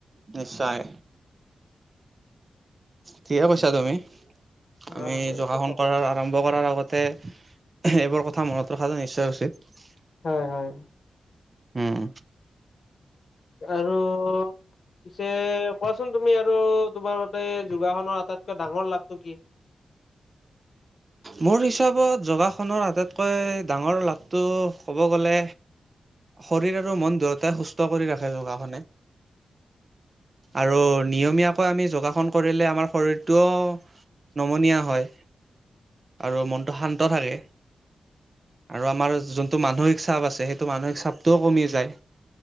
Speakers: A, on the right (about 35°); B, on the left (about 60°).
A: নিশ্চয় ঠিকে কৈছা তুমি আমি
B: অ মই
A: যোগাসন
B: এইটোৱে ভাবো
A: কৰাৰ আৰম্ভ কৰাৰ আগতে এইবোৰ কথা মনত ৰখাতো নিশ্চয় উচিত
B: হয় হয়
A: উম
B: আৰু পিছে কোৱাচোন তুমি আৰু তোমাৰ মতে যোগাসনৰ আটাইতকৈ ডাঙৰ লাভটো কি
A: মোৰ হিচাপত যোগাসনৰ আটাইতকৈ ডাঙৰ লাভ টো ক'ব গ'লে শৰীৰ আৰু মন দুয়োটাই সুস্থ সুস্থ কৰি ৰাখে যোগাসনে আৰু নিয়মীয়াকৈ আমি যোগাসন কৰিলে আমাৰ শৰীৰটোও নমনীয়া হয় আৰু মনটো শান্ত থাকে আৰু আমাৰ যোনটো মানসিক চাপ আছে সেইটো মানসিক চাপটোও কমি যায়